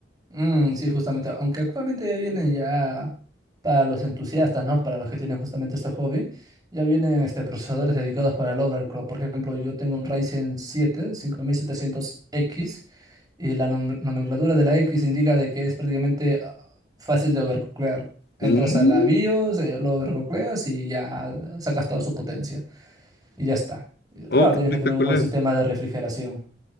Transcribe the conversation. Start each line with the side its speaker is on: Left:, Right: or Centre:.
Right: Mm, sí, justamente, aunque actualmente ya vienen ya para los entusiastas, ¿no? Para los que tienen justamente este hobby, ya vienen este, procesadores dedicados para el overclock. Por ejemplo, yo tengo un Ryzen siete cinco mil setecientos x Y la nom- nomenclatura de la X indica de que es prácticamente ah, fácil de overclockear. Entras
Left: Mm,
Right: a la BIOS, eh, lo overclockeas y ya ah, sacas toda su potencia. Y ya está. Y Claro,
Left: Oh, qué
Right: tienes
Left: espectacular.
Right: que tener un buen sistema de refrigeración.